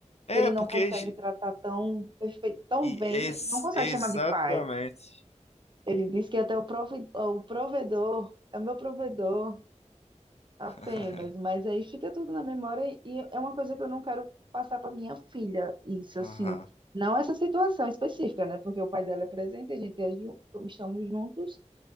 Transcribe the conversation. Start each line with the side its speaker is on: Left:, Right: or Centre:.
Left: é
Right: Que ele não
Left: porque
Right: consegue tratar tão perfeito, tão
Left: E
Right: bem,
Left: ex-
Right: ele não consegue
Left: exatamente.
Right: chamar de pai. Ele diz que até o prove- o provedor é o meu provedor. Apenas,
Left: <laughs>
Right: mas aí fica tudo na memória e e é uma coisa que eu não quero passar para minha filha, isso assim,
Left: Aham.
Right: não essa situação específica, né? Porque o pai dela é presente, a gente é ju- estamos juntos,